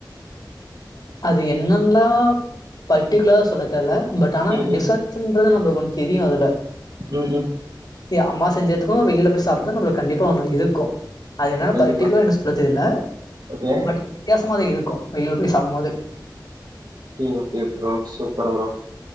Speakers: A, on the left (about 55°); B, on the right (about 55°).
A: அது என்னன்ல்லா பர்டிக்குலரா சொல்ல தெர்ல பட் ஆனா
B: ம் ம்
A: டிஃபரன்ஸ்ன்றது நம்மளுக் ஒன் தெரியு அதுல
B: ம் ம்
A: எ அம்மா செஞ்சதுக்கு வெளில போய் சாப்புட்றது நம்மளுக்கு கண்டிப்பா ஒன்னு இருக்கு அது என்னால
B: கண்டிப்பா
A: பர்ட்டிக்குலரா எனக் சொல்ல தெரில
B: ஓகே
A: பட் வித்தியாசமாக இருக்கு வெளில போய் சாப்டும் போது
B: okay okay bro super bro